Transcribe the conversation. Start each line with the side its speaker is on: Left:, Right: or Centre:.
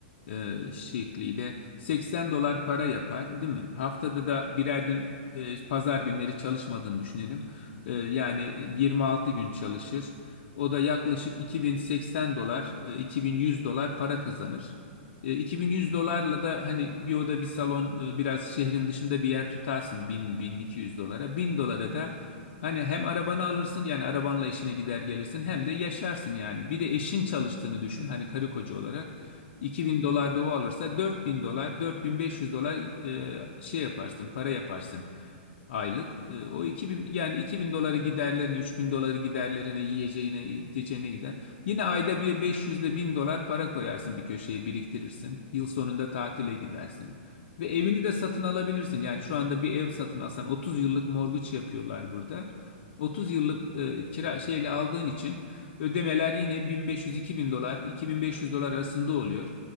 Left: e, şekliyle 80 dolar para yapar değil mi? Haftada da birer gün e, pazar günleri çalışmadığını düşünelim. E, yani 26 gün çalışır. O da yaklaşık 2080 dolar, e, 2100 dolar para kazanır. E, 2100 dolarla da hani bir oda bir salon e, biraz şehrin dışında bir yer tutarsın 1000-1200 dolara. 1000 dolara da Hani hem arabanı alırsın yani arabanla işine gider gelirsin hem de yaşarsın yani. Bir de eşin çalıştığını düşün hani karı koca olarak. 2000
Right: Hı hı.
Left: dolar da o alırsa 4000 dolar 4500 dolar e, şey yaparsın para yaparsın aylık. E, o iki bin yani 2000 doları giderlerine, 3000 doları giderlerine, yiyeceğine, içeceğine gider. Yine ayda bir 500 ile 1000 dolar para koyarsın bir köşeye biriktirirsin. Yıl sonunda tatile gidersin. Ve evini
Right: Hı hı.
Left: de satın alabilirsin. Yani şu anda bir ev satın alsan 30 yıllık morguç yapıyorlar burada. 30 yıllık e, kira şeyle aldığın için ödemeler yine bin beş yüz iki bin dolar, 2500 dolar arasında oluyor